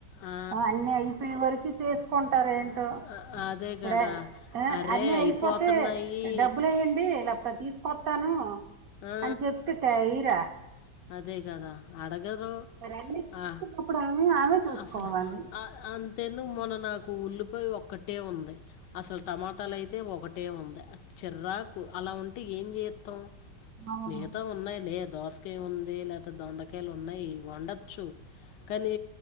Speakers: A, on the left; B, on the right.
A: ఆ,
B: అన్ని అయిపోయే వరకు చేసుకుంటార ఏంటి
A: అ- అదే
B: ఇప్పుడే
A: కదా అరే
B: అన్న
A: అయిపోతున్నాయి
B: అయిపోతే డబ్బులుయడి ఇలా ప్రతి కొస్తాను
A: ఆ,
B: అని చెప్త క హరా
A: అదే కదా అడగరు
B: అన్నీ చూసుకున్నప్పుడు
A: ఆ
B: ఆమె ఆమె చూసుకోవాలి
A: అసలు అ తె ఎందుకు మొన్న నాకు ఉల్లిపాయ ఒక్కటే ఉంది అసలు టమాటాలు అయితే ఒకటే ఉంది చెర్రాకు అలా ఉంటే ఏం చేస్తాం
B: అవును
A: మిగతా ఉన్నాయి లేదు దోసకాయ ఉంది లేదా దొండకాయలు ఉన్నాయి వండొచ్చు కానీ